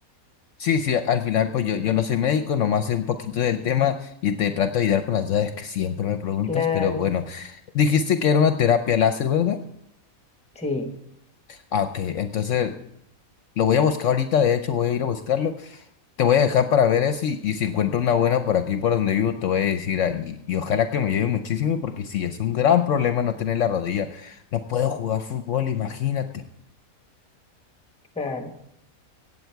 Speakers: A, on the left (about 65°); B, in the centre.
A: Sí, sí, al final pues yo, yo no soy médico, nomás sé un poquito del tema y te trato de ayudar con las dudas que siempre me preguntas,
B: Claro,
A: pero bueno, dijiste que era una terapia láser, ¿verdad?
B: sí,
A: Ah, ok. Entonces, Lo voy a buscar ahorita, de hecho, voy a ir a buscarlo. Te voy a dejar para ver eso y, y si encuentro una buena por aquí, por donde vivo, te voy a decir ahí. Y, ojalá que me lleve muchísimo porque sí, es un gran problema no tener la rodilla. No puedo jugar fútbol, imagínate.
B: claro.